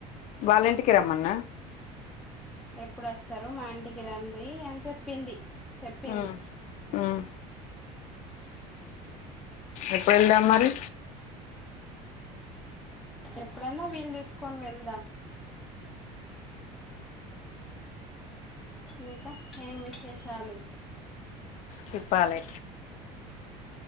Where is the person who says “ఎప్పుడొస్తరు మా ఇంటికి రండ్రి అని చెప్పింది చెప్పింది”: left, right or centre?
Centre